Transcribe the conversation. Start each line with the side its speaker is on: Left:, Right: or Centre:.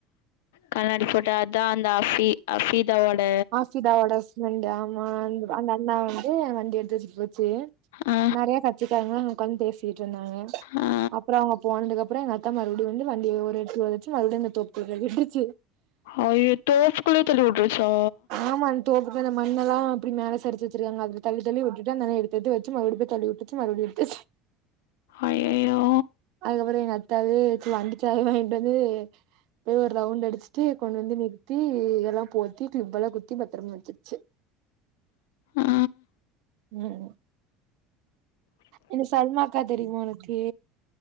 Left: கண்ணாடி போட்ட அதா அந்த அபீ அபீஸ் த்தாவோட
Right: ஆசீதாவோட ஃப்ரெண்டு ஆமா அந்த அக் அண்ணா வந்து வண்டி எடுத்து போச்சு
Left: ஆ
Right: நெறைய கச்சிக்காரங்களா உங்காந்து பேசி ட்டு இருந்தாங்க
Left: ஆ
Right: அப்றோ அவுங்க போனதுக்கு அப்புறோ எங்க அத்த மறுபுடியு வந்து வண்டிய ஒரு எட்டி ஓதச்சு மறுபடியு அந்த தோப்புடுற விட்டுச்சு
Left: அய்யோ தோப்புக்குல தள்ளி உட்ருசா
Right: ஆமா அந்த தோப்புக்கு அந்த மண்ணொல்லா அப்டி மேலே சரிச்சிருக்காங்க அதல தள்ளி தள்ளி விட்டுட்டு அந்த அண்ணா எடுத்து வச்சு மறுபடிய போ தள்ளி விட்டுச்சு மறுபடியு எடுத்துச்சு
Left: அய்யயோ
Right: அதுக்கப்றோ எங்க அத்த அதுவே வண்டிச்சாவி வாங்கிட்டு வந்து அப்டியே ஒரு ரவுண்ட் அடி சிட்டு கொண்டு வந்து நிறுத்தி இதெல்லா போத்திட்டு இவ்ளவு குத்தி பத்திரம் வச்சிருச்சு
Left: ஆ
Right: ம் என்ன சல்மாக்கா தெரியுமா உனக்கு